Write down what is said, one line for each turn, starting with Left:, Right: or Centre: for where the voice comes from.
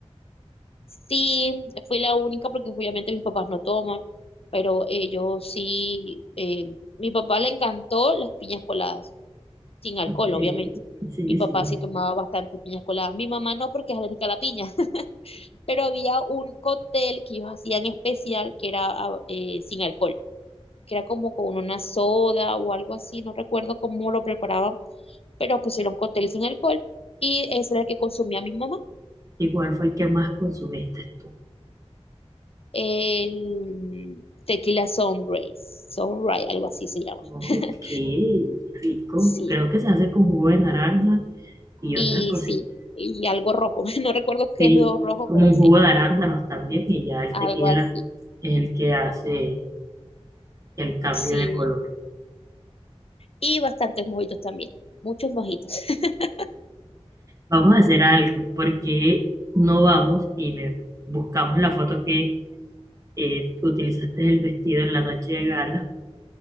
Left: Sí, fui la única porque obviamente mis papás no toman, pero ellos sí, eh, mi papá le encantó las piñas coladas, sin alcohol,
Right: Eh,
Left: obviamente.
Right: sí,
Left: Mi papá
Right: sí.
Left: sí tomaba bastante piñas coladas. Mi mamá no porque es alérgica a la piña. pero había un cóctel que ellos hacían especial que era ah, eh, sin alcohol, que era como con una soda o algo así, no recuerdo cómo lo preparaban, pero pues era un cóctel sin alcohol y ese era el que consumía mi mamá,
Right: ¿Y cuál fue el que más consumiste tú?
Left: el tequila sunrise, sunrise, algo así se llama.
Right: Ok,
Left: <laughs>
Right: rico.
Left: Sí,
Right: Creo que se hace con jugo de naranja y
Left: y
Right: otras cositas.
Left: sí, y algo rojo, <laughs> no recuerdo qué
Right: Sí,
Left: es lo rojo,
Right: como
Left: pero
Right: un
Left: sí,
Right: jugo de arándanos también y ya el
Left: algo
Right: tequila
Left: así.
Right: es el que hace el cambio
Left: Sí,
Right: de color.
Left: y bastantes mojitos también, muchos mojitos. <laughs>
Right: vamos a hacer algo, porque no vamos y me buscamos la foto que eh, utilizaste el vestido en la noche de gala